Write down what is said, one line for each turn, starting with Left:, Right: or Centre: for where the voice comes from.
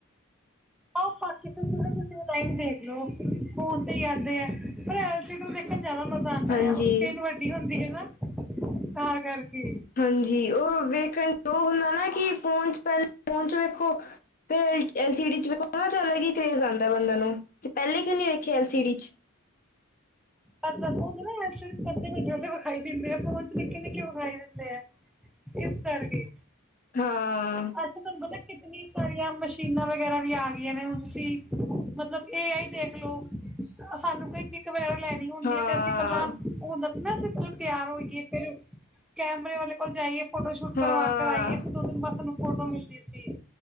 Centre: ਆ ਪਾਕਿਸਤਾਨੀ ਕਿਸੇ ਟਾਇਮ ਦੇਖ ਲੋ ਫੋਨ 'ਤੇ ਈ ਆਂਦੇ ਐ ਪਰ ਥੇ ਜਿਆਦਾ ਮਜ਼ਾ ਆਂਦਾ
Left: ਹਾਂਜੀ।
Centre: ਆ ਉਹ ਸਕਰੀਨ ਵੱਡੀ ਹੁੰਦੀ ਏ ਨਾ, ਤਾਂ ਕਰਕੇ।
Left: ਹਾਂਜੀ ਉਹ ਵੇਖਣ ਉਹ ਹੁੰਦਾ ਨਾ ਕਿ ਫੋਨ 'ਚ ਪਹਿਲ ਫੋਨ 'ਚ ਵੇਖੋ ਫੇਰ ਐਲ, ਐਲ ਸੀ ਡੀ 'ਚ ਵੇਖੋ ਨਾ 'ਤੇ ਅਲੱਗ ਈ ਕਰੇਜ਼ ਆਂਦਾ ਬੰਦਾ ਨੂੰ ਕੇ ਪਹਿਲੇ ਕਿਉਂ ਨੀ ਵੇਖਿਆ ਐਲ ਸੀ ਡੀ 'ਚ।
Centre: ਉਹ ਹੁੰਦਾ ਨਾ ਐਲ ਸੀ ਡੀ 'ਚ ਵੱਡੇ-ਵੱਡੇ ਵਿਖਾਈ ਦਿੰਦੇ ਐ ਫੋਨ 'ਚ ਨਿੱਕੇ-ਨਿੱਕੇ ਵਿਖਾਈ ਦਿੰਦੇ ਐ। ਇਸ ਕਰਕੇ।
Left: ਹਾਂ।
Centre: ਅੱਜ ਤੁਹਾਨੂੰ ਪਤਾ ਏ ਕਿਤਨੀ ਸਾਰੀਆਂ ਮਸ਼ੀਨਾਂ ਵਗੈਰਾ ਵੀ ਆ ਗਈਆਂ ਨੇ ਹੁਣ ਤੁਸੀਂ ਮਤਲਬ ਏ ਆਈ ਦੇਖਲੋ ਸਾਨੂੰ ਕੋਈ ਕਿਕ ਵਗੈਰਾ ਲੈਣੀ ਹੁੰਦੀ
Left: ਹਾਂ
Centre: ਏ 'ਤੇ ਅਸੀਂ ਪਹਿਲਾਂ ਉਹ ਦੱਸ ਨਾਅ ਤਿਆਰ ਹੋਈਏ ਫਿਰ ਕੈਮਰੇ ਵਾਲੇ ਕੋਲ ਜਾਈਏ ਫੋਟੋ ਸ਼ੂਟ ਕਰਵਾ
Left: ਹਾਂ
Centre: ਕਰ ਆਈਏ ਇਕ, ਦੋ ਦਿਨ ਬਾਦ ਸਾਨੂੰ ਫੋਟੋ ਮਿਲਦੀ ਸੀ